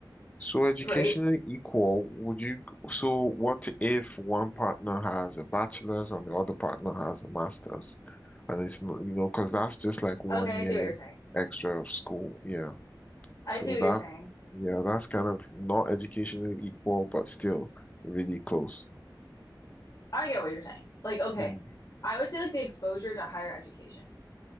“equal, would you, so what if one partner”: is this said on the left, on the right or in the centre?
Left